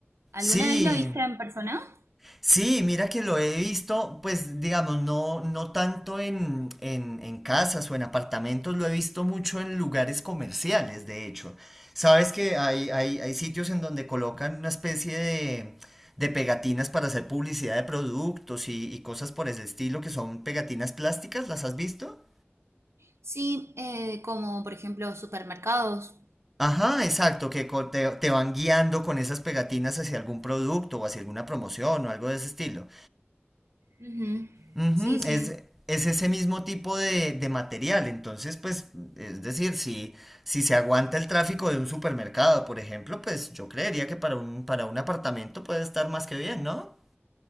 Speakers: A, on the right (about 80°); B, in the centre.
A: ¿Alguna
B: Sí,
A: vez lo viste en persona?
B: Sí, mira que lo he visto, pues digamos, no, no tanto en, en, en casas o en apartamentos, lo he visto mucho en lugares comerciales, de hecho. Sabes que hay, hay, hay sitios en donde colocan una especie de, de pegatinas para hacer publicidad de productos y, y cosas por ese estilo, que son pegatinas plásticas, ¿las has visto?
A: Sí, eh, como por ejemplo supermercados.
B: Ajá, exacto, que co- te, te van guiando con esas pegatinas hacia algún producto o hacia alguna promoción o algo de ese estilo.
A: Ujú.
B: Ujú,
A: Sí, sí.
B: Es, es ese mismo tipo de, de material. Entonces, pues, es decir, si, si se aguanta el tráfico de un supermercado, por ejemplo, pues yo creería que para un, para un apartamento puede estar más que bien, ¿no?